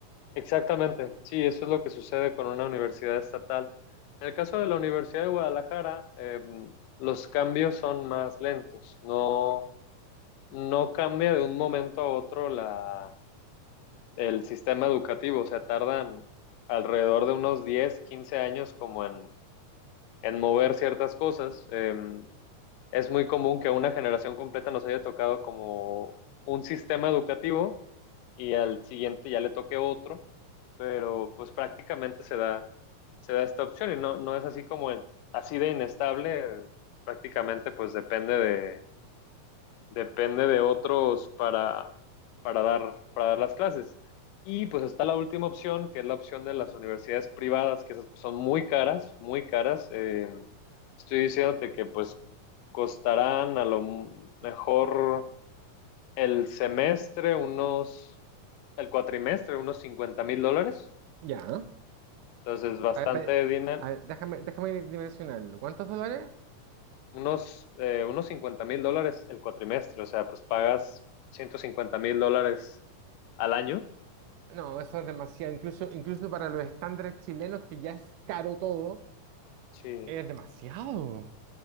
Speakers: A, on the left (about 85°); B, on the right (about 80°).
A: Exactamente, sí, eso es lo que sucede con una universidad estatal. En el caso de la Universidad de Guadalajara, eh, los cambios son más lentos. No, no cambia de un momento a otro la, el sistema educativo. O sea, tardan alrededor de unos 10, 15 años como en, en mover ciertas cosas. Eh, es muy común que a una generación completa nos haya tocado como un sistema educativo y al siguiente ya le toque otro pero pues prácticamente se da, se da esta opción y no, no es así como el- así de inestable, eh, prácticamente pues depende de, depende de otros para, para dar, para dar las clases. Y pues está la última opción, que es la opción de las universidades privadas, que esas pues, son muy caras, muy caras. Eh, estoy diciéndote que pues costarán a lo mejor el semestre unos, el cuatrimestre unos cincuenta mil dólares.
B: Ya.
A: Entonces, bastante
B: A ver, ve-
A: dinero,
B: a ver, déjame, déjame dimensionarlo. ¿Cuántos dólares?
A: unos, eh, unos cincuenta mil dólares el cuatrimestre, o sea, pues pagas ciento cincuenta mil dólares al año.
B: No, eso es demasiado. Incluso, incluso para los estándares chilenos, que ya es caro todo,
A: Sí,
B: es demasiado.